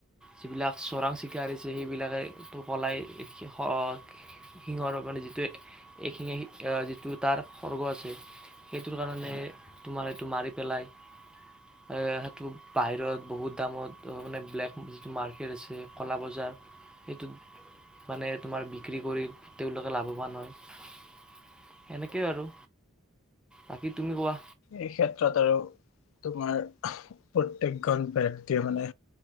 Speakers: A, in the centre; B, on the left (about 75°).
A: যিবিলাক চোৰাং চিকাৰ হৈছে সেইবিলাকে পলাই শি-শ-শি-শি শিঙৰ কাৰণে যিটো এইখিনি আহি ও যিটো তাৰ সৰ্গ আছে, সেইটোৰ কাৰণে হে তোমাৰ সেইটো মাৰি পেলাই। অ' সেইটো বাহিৰত বহুত দামত তৰ মানে ব্লেক যিটো মাৰ্কেট আছে ক'লা বজাৰ, সেইটোত মানে তোমাৰ বিক্ৰী কৰি তেওঁলোকে লাভৱান হয়। এনেকে আৰু, বাকী তুমি কোৱা।
B: এই ক্ষেত্ৰত আৰু তোমাৰ প্ৰত্যেকগন ব্যক্তিয়ে মানে